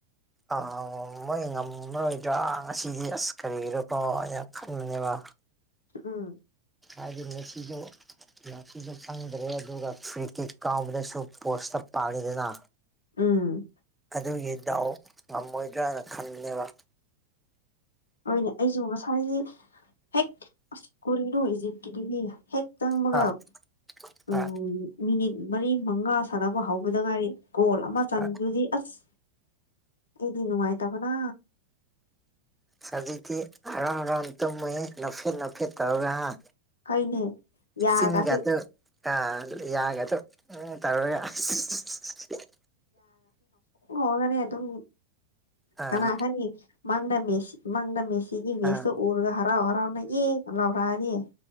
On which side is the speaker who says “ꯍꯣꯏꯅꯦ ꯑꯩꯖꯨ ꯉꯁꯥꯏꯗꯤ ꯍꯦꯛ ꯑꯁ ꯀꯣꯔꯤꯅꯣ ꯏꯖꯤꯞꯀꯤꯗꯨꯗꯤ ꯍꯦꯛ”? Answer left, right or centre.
Left